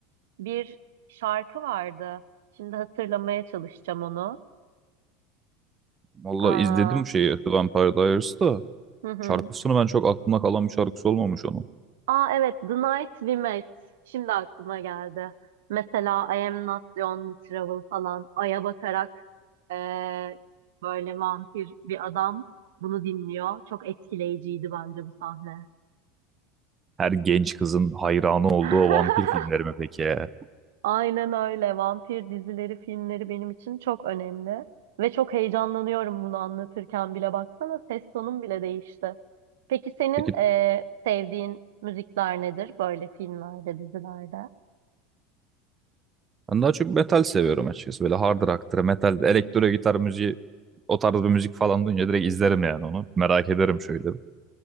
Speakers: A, on the right (about 65°); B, on the right (about 25°).
A: bir şarkı vardı. Şimdi hatırlamaya çalışacağım onu.
B: Valla
A: Aa,
B: izledim şeyi The Vampire Diaries da.
A: hı hı.
B: Şarkısını ben çok aklımda kalan bir şarkısı olmamış onun.
A: Aa evet, The Night We Met. Şimdi aklıma geldi. Mesela I Am Not The Only Travel falan. Ay'a bakarak eee, böyle vampir bir adam bunu dinliyor. Çok etkileyiciydi bence bu sahne.
B: Her genç kızın hayranı olduğu
A: <laughs>
B: o vampir filmleri mi peki ya?
A: Aynen öyle. Vampir dizileri, filmleri benim için çok önemli. Ve çok heyecanlanıyorum bunu anlatırken bile. Baksana ses tonum bile değişti. Peki senin
B: Peki
A: eee, sevdiğin müzikler nedir böyle filmlerde, dizilerde?
B: Ben daha çok metal seviyorum açıkçası. Böyle hard rock'tır, metal, elektro gitar müziği o tarz bir müzik falan duyunca direkt izlerim yani onu. Merak ederim şöyle. bir.